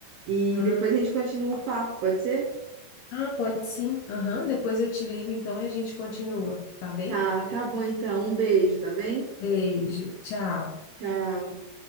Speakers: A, on the right (about 70°); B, on the left (about 80°).
A: e
B: Ah,
A: depois a gente continua o papo, pode ser?
B: ah, pode sim. Aham, Depois eu te ligo, então, e a gente continua, tá bem?
A: Tá, tá bom então. Um beijo, tá bem?
B: Beijo, tchau.
A: Tchau.